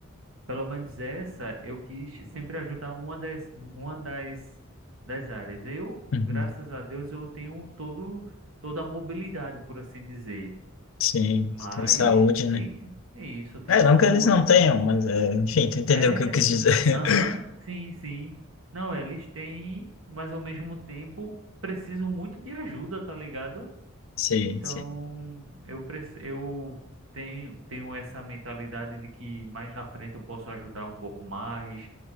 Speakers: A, on the right; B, on the left.
A: pelo menos essa eu quis sempre ajudar uma das, uma das, das áreas. Eu,
B: Uhum.
A: graças a Deus, eu tenho todo, toda a mobilidade, por assim dizer.
B: Sim,
A: Mas
B: tem saúde, né?
A: tem, é isso, eu tenho
B: É,
A: saúde.
B: não que eles não tenham, mas é, enfim, tu entendeu
A: É,
B: o que eu quis dizer. <laughs>
A: aham, sim, sim. Não, eles têm, mas ao mesmo tempo precisam muito de ajuda, tá ligado?
B: Sim,
A: Então,
B: sim.
A: eu, preci- eu tenho, tenho essa mentalidade de que mais na frente eu posso ajudar um pouco mais